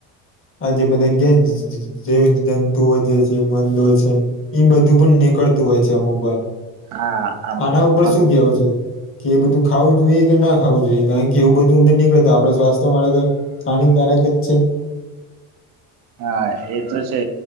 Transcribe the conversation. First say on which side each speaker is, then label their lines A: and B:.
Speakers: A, on the left (about 35°); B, on the right (about 75°).
A: આ જે બધા કે જૈવિક જંતુઓ જે છે મંદો છે. એઈ બધું પણ નીકળતું હોય છે અમુક વાર,
B: હા આમ
A: આના ઉપર
B: આમ
A: શું કવું છે. કે એ બધું ખાવું જોઈએ કે ના ખાવું જોઈએ કારણ કે એવું બધું અંદર નીકળે આપડ સ્વાસ્થ્ય માટે તો, હાનિકારક જ છે.
B: હા એ તો છે.